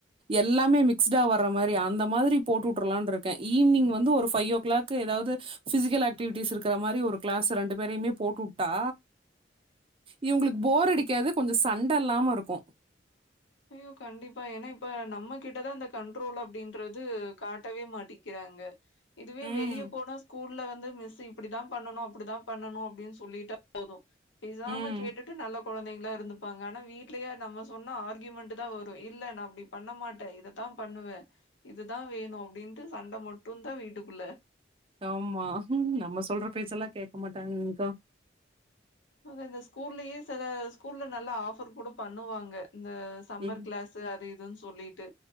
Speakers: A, on the right; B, on the left.
A: எல்லாமே மிக்ஸ்டா வர்ற மாரி அந்த மாத்ரி போட்டுட்ருலான்ட்ருக்கே ஈவ்னிங் வந்து ஒரு ஃபைவ் ஓ க்ளாக்கு ஏதாவ்து ஃபிசிக்கல் ஆக்டிவிட்டிஸ் இருக்கற மாரி ஒரு க்ளாஸு ரெண்டு பேரைய்மே போட்டுட்டா இவுங்ளுக் போர் அடிக்காது கொஞ்சோ சண்ட இல்லாம இருக்கு
B: ஐயோ கண்டிப்பா ஏனா இப்ப நம்ம கிட்டதா இந்த கண்ட்ரோல் அப்டின்றது காட்டவே மாட்டிக்கி றாங்க இதுவே
A: ம்
B: வெளிய போன ஸ்கூல்ல வ ந்து மிஸ் இப்டித்தா பண்ணணு அப்டித்தா பண்ணணு அப்டின் சொல்லிட்டா போது பேசாம
A: ம்
B: கேட்டுட்டு நல்ல கொழந்தைங்ளா இருந்துப்பாங்க ஆனா வீட்லயா நம்ம சொன்னா ஆர் க்யூமென்ட்தா வரு இல்ல நா அப்டி பண்ண மாட்டே இதத்தா பண்ணுவே இதுதா வேணு அப்டின்ட்டு சண்ட மட்டு தா வீட்டுக்குள்ள
A: ஆமா நம்ம சொல்ற பேச்சல்லா கேக்க மாட்டாங்க்கா
B: அத இந்த ஸ்கூல்லையே செல ஸ்கூல்ல நல்ல ஆஃபர் கூட பண்ணுவாங்க இந்த சம்மர்
A: ம்
B: க்ளாஸ் அது இதுன் சொல்லீட்டு